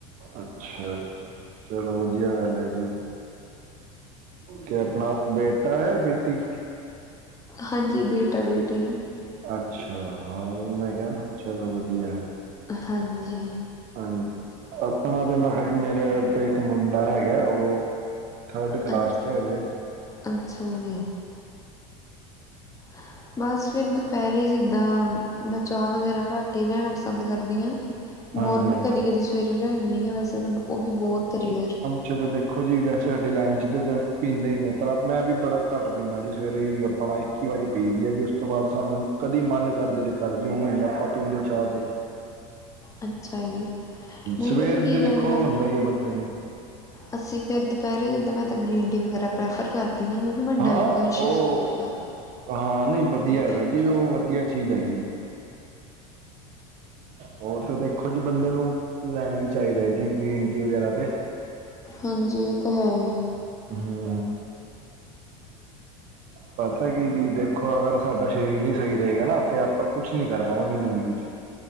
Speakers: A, on the right (about 50°); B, on the left (about 20°).
A: ਅੱਛਾ ਚਲੋ ਵਧੀਆ ਗੱਲ ਐ ਜੀ ਤੇ ਆਪਣਾ ਬੇਟਾ ਹੈ ਬੇਟੀ
B: ਹਾਂਜੀ ਬੇਟਾ ਬੇਟੀ
A: ਅੱਛਾ, ਹਾਂ ਮੈਂ ਕਿਹਾ ਚਲੋ ਵਧੀਆ
B: ਹਾਂਜੀ
A: ਹਾਂਜੀ ਆਪਣਾ ਤੇ ਮੈਂ ਖਾ ਜੀ ਮੇਰੇ ਤੇ ਇੱਕ ਮੁੰਡਾ ਹੈਗਾ ਉਹ, ਥਰਡ ਕਲਾਸ
B: ਅੱਛ
A: ਚ ਹਜੇ
B: ਅੱਛਾ ਜੀ <inaudible> ਬਸ ਫਿਰ ਦੁਪਹਿਰੇ ਜਿੱਦਾਂ ਮੈਂ ਚਾਹ ਵਗੈਰਾ ਘੱਟ ਹੀ ਲੈਨਾ ਪਸੰਦ ਕਰਦੀ ਆ
A: ਹਾਂਜੀ
B: ਮੋਰਨਿੰਗ
A: ਹਾਂਜੀ
B: ਕਦੀ ਕਦੀ ਸਵੇਰੇ ਲੈ ਲੈਂਦੀ ਆ ਵੈਸੇ ਤਾਂ ਉਹ ਵੀ ਬਹੁਤ ਰੇਅਰ
A: ਚਲੋ ਦੇਖੋ ਜੀ ਵੈਸੇ ਸਾਡੀ ਲਾਈਨ 'ਚ ਤਾਂ ਪੀਂਦੇ ਹੀ ਨੇ ਪਰ ਮੈਂ ਵੀ ਬੜਾ ਘੱਟ ਪੀਂਦਾ ਜੀ ਸਵੇਰੇ ਹੀ ਆਪਣਾ ਇੱਕ ਇੱਕੀ ਵਾਰ ਪੀ ਦੀ ਆ ਜੀ ਉਸ ਤੋਂ ਬਾਅਦ ਸਾਨੂੰ ਕਦੀ ਮਨ ਕਰ ਜੇ ਤੇ ਕਰ ਜੇ ਨਹੀਂ ਨਹ ਆਪਾਂ ਪੀਂਦੇ ਚਾਹ ਤੇ
B: ਅੱਛਾ ਜੀ, ਨਹੀਂ
A: ਸਵੇਰ
B: ਪਤਾ ਕੀ
A: ਦੇ ਦੇਖੋ
B: ਗੱਲ ਆ
A: ਹੁੰਦਾ ਈ ਐ ਬੰਦੇ ਨੂੰ,
B: ਅਸੀਂ ਫਿਰ ਦੁਪਹਿਰੇ ਜਿੱਦਾਂ ਮੈਂ ਤਾਂ ਗ੍ਰੀਨ ਟੀ ਵਗੈਰਾ ਪ੍ਰੈਫਰ ਕਰਦੀ ਹਾਂ ਕਿਉਂਕਿ ਮੈਂ
A: ਹਾਂ
B: ਡਾਇਟ ਕੌਨਸ਼ੀਅਸ
A: ਉਹ,
B: ਬਹੁਤ ਹਾਂ।
A: ਹਾਂ ਨਹੀਂ ਵਧੀਆ
B: ਹਾਂਜੀ,
A: ਹੈਗਾ ਜੀ ਉਹ ਵਧੀਆ, ਚੀਜ਼ ਹੈਗੀ, ਉਹ ਤੇ ਦੇਖੋ ਜੀ ਬੰਦੇ ਨੂੰ ਲੈਣਾ ਹੀ ਚਾਹੀਦਾ ਜੀ ਗ੍ਰੀਨ ਟੀ ਵਗੈਰਾ ਤੇ,
B: ਹਾਂਜੀ ਇਹ ਤਾਂ ਹੈ ਈ,
A: ਹੂੰ ਪਤਾ ਕੀ ਜੀ ਦੇਖੋ ਅਗਰ ਸਾਡਾ ਸਰੀਰ ਨ ਸਹੀ ਰਹੇਗਾ ਨਾ ਤੇ ਆਪਾਂ ਕੁਛ ਨੀ ਕਰ ਪਾਵਾਂਗੇ ਜ਼ਿੰਦਗੀ ਚ,,